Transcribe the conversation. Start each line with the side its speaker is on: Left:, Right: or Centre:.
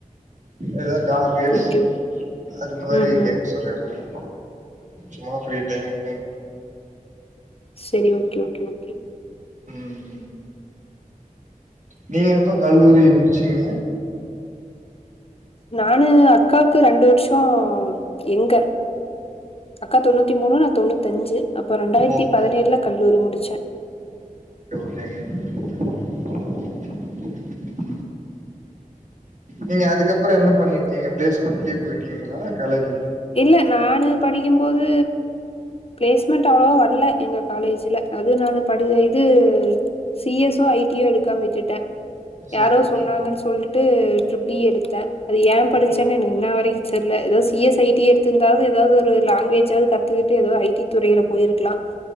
Right: எதா கார் ரேஸ்
Left: ஓகே
Right: அது மாரி
Left: ம் ம்
Right: கேம்ஸ் வெளையாடுவாங்க சுமா ஃபிரீ டைம்க்குங்க
Left: சேரி ஓகே ஓகே ஓகே
Right: ம் நீங்க எப்போ கல்லூரி முடிச்சிங்க
Left: நானு அக்காவுக்கு ரெண்டு வருஷோ எங்க அக்கா தொண்ணூத்தி மூணு நா தொண்ணூத்தி அஞ்சு அப்போ ரெண்டாயிரத்தி
Right: ஓகே
Left: பதினேழுல கல்லூரி முடிச்சே
Right: <unintelligible> நீங்க அதுக்கப்புற என்ன பண்ணிட்டீங்க பிளேஸ்மெண்ட்லயே போயிட்டீங்களா காலேஜ்
Left: இல்ல நானு படிக்கும்போது பிளேஸ்மெண்ட் அவ்வளவா வரல எங்க காலேஜல அது நா படு இது C S or I T எடுக்காம விட்டுட்டே
Right: சேரிங்க
Left: யாரோ சொன்னாங்கன்னு சொல்ட்டு ட்ரிப்ள் இ எடுத்தே அது ஏ படிச்சேன்னு
Right: ஓகே
Left: எனக்கு இன்ன வரைக்கு தெரியல ஏதோ சி எஸ் ஐ டி எடுத்திருந்தாவது ஏதாவது ஒரு லாங்குவேஜாவது கத்துக்கிட்டு ஏதாவது ஐ டி துறையில போயிருக்கலா